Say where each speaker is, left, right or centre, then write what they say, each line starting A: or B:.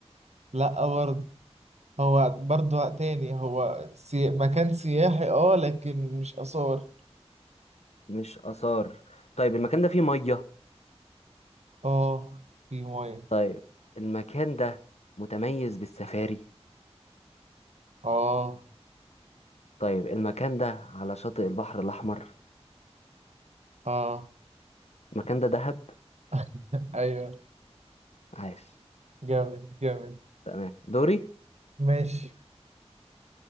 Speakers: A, on the right; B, on the left.
A: لا برضه هو برضه تاني هو سي... مكان سياحي اه لكن مش آثار
B: مش آثار طيب المكان ده فيه مية
A: اه في مية
B: طيب المكان ده متميز بالسفاري
A: اه
B: طيب المكان ده على شاطئ البحر الأحمر
A: اه
B: المكان ده دهب
A: <laughs> ايوه
B: عاش
A: جامد جامد
B: تمام دوري
A: ماشي